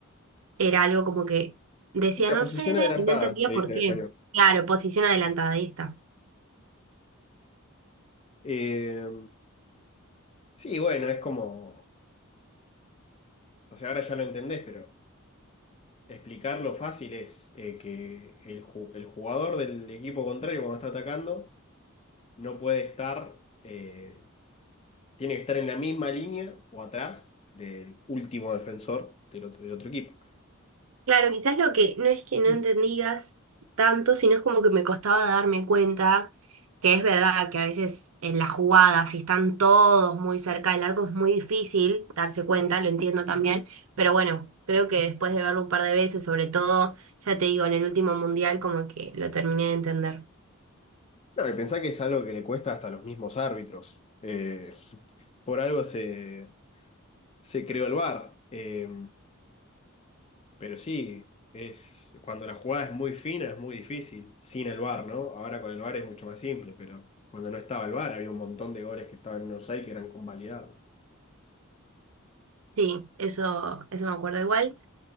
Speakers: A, on the right; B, on the left.
A: Era algo como que decían
B: Sí, la
A: offside
B: posición adelantada,
A: y no entendía
B: se
A: por
B: dice en
A: qué.
B: español.
A: Claro, posición adelantada, ahí está.
B: Eh, sí, bueno, es como, o sea, ahora ya lo entendés, pero explicarlo fácil es eh, que el, ju- el jugador del equipo contrario cuando está atacando no puede estar, eh, tiene que estar en la misma línea o atrás del último defensor del otro, del otro equipo.
A: Claro, quizás lo que no es que no
B: <clears throat>
A: entendías tanto, sino es como que me costaba darme cuenta que es verdad que a veces en las jugadas, si están todos muy cerca del arco, es muy difícil darse cuenta, lo entiendo también, pero bueno, creo que después de verlo un par de veces, sobre todo, ya te digo, en el último mundial, como que lo terminé de entender.
B: No, y pensá que es algo que le cuesta hasta a los mismos árbitros. Eh, Por algo se, se creó el VAR. Eh, pero sí, es, cuando la jugada es muy fina es muy difícil, sin el VAR, ¿no? Ahora con el VAR es mucho más simple, pero cuando no estaba el VAR había un montón de goles que estaban en offside que eran convalidados.
A: Sí, eso, eso me acuerdo igual.